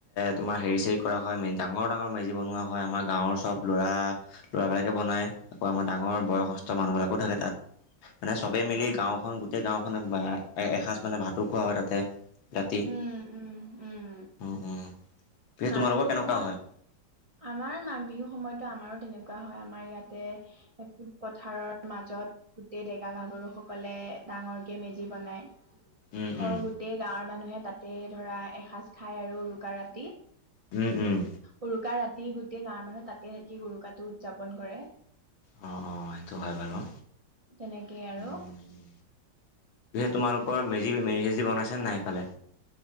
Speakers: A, on the left; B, on the right.
A: তোমাৰ হেৰি চেৰি কৰা হয় মে ডাঙৰ ডাঙৰ মেজি বনোৱা হয় আমাৰ গাঁৱৰ চব ল'ৰা ল'ৰাবিলাকে বনায় আকৌ আমাৰ ডাঙৰ
B: উম
A: বয়সস্থ মানুহবিলাকো থাকে তাত মানে চবেই মিলি
B: অ
A: গাঁওখন গোটেই গাঁওখন মানে এসাঁজ মানে ভাতো খোৱা হয় তাতে ৰাতি
B: উম উম উম
A: উম উম পিছে
B: মাঘ
A: তোমালোকৰ
B: বিহুৰ
A: কেনেকুৱা
B: সময়ত
A: হয়
B: আমাৰ মাঘ বিহুৰ সময়তো আমাৰো তেনেকুৱা এনেুৱা হয় আমাৰ ইয়াতে পথাৰৰ মাজত গোটেই ডেকা গাভৰু সকলে ডাঙৰকৈ মেজি বনায়
A: উম
B: হয়
A: উম
B: গোটেই গাঁৱৰ মানুহে তাতে ধৰা এসাঁজ খায় আৰু উৰুকা ৰাতি
A: উম উম
B: উৰুকা ৰাতি গোটেই গাঁৱৰ মানুহ তাতে থাকি উৰুকাটো উদযাপন কৰে
A: অ অ সেইটো হয় বাৰু
B: তেনেকেই আৰু
A: উম উম তোমালোকৰ মেজি মেজি সেজি বনাইছে নে নাই এইফালে